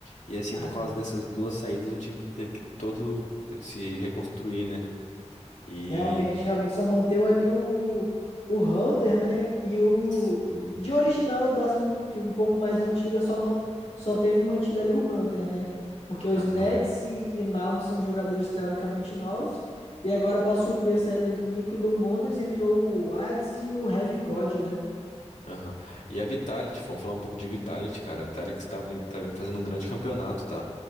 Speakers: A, on the left; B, on the left.
A: E assim,
B: É.
A: por causa dessas duas saídas, o time teve que todo se reconstruir, né? E.
B: Realmente, realmente só manteu ali o, o Hunter, né? E o
A: Sim.
B: de original das an- de um pouco mais antiga só man, só teve mantido ali o Hunter, né? Porque os
A: Aham.
B: Nex e, e Malb são jogadores teoricamente novos e agora para suprir a saída do Nico e do Mones entrou o Hades e o Heavy God, né?
A: Aham. E a Vitality, vamos falar um pouco de Vitality, cara. A Vitality que está vin- tá vindo fazendo um grande campeonato, tá?